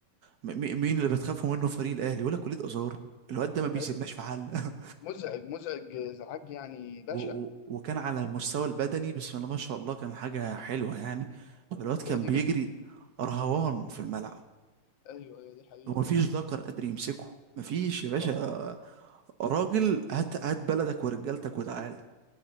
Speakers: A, on the right; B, on the left.
A: م- م- مين اللي بتخافوا منه فريق الاهلي يقول لك وليد ازارو الواد ده ما بيسيبناش
B: ايوه
A: في حل <laughs>
B: مزعج مزعج ازعاج يعني بشع
A: و- و- وكان على المستوى البدني بسم الله ما شاء الله كان حاجة
B: يعني
A: حلوة يعني الواد كان
B: يقعد
A: بيجري
B: يجري كتير
A: رهوان في الملعب
B: ايوه ايوه دي حقيقه
A: ومفيش ذكر قادر يمسكه مفيش يا باشا
B: طب
A: راجل هات هات بلدك ورجالتك وتعال